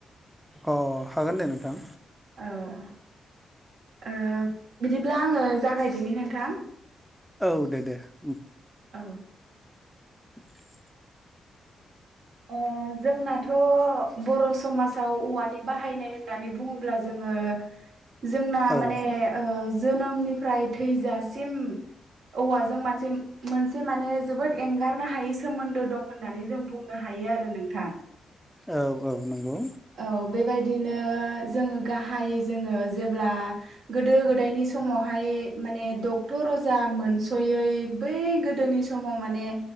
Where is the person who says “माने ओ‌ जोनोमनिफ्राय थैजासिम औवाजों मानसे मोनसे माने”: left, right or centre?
Right